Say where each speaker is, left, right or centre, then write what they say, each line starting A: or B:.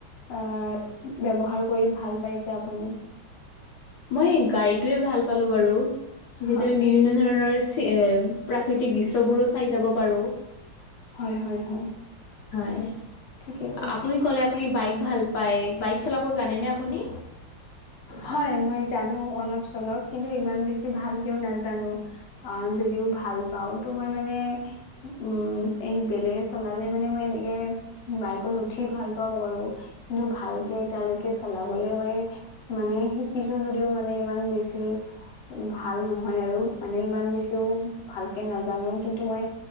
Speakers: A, on the left (about 45°); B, on the left (about 65°).
A: আ, ব্যৱহাৰ কৰি ভাল পাইছে আপুনি?
B: মই গাড়ীতোৱে ভাল পালো বাৰু। যিহেতু,
A: হয়
B: আমি
A: হয়
B: বিভিন্ন ধৰণৰ চি এ প্ৰাকৃতিক দৃশ্যবোৰো চাই যাব পাৰো।
A: হয়, হয়, হয়।
B: হয়,
A: ঠিকেই কৈছে
B: আপুনি ক'লে, আপুনি বাইক ভাল পায়। বাইক চলাব জানেনে আপুনি?
A: হয়, মই জানো অলপ-চলপ। কিন্তু ইমান বেছি ভালকেও নাজানোঁ। অ', যদিও ভাল পাওঁ, তো মই মানে উম, এই বেলেগে চলালে মানে মই এনেকে বাইকত উঠি ভাল পাওঁ বাৰু। কিন্তু ভালকে এতিয়ালৈকে চলাবলে মই মানে, শিকিছো যদিও মানে, ইমান বেছি ভাল নহয় আৰু। মানে, ইমান বেছিও ভালকে নাজানো। কিন্তু মই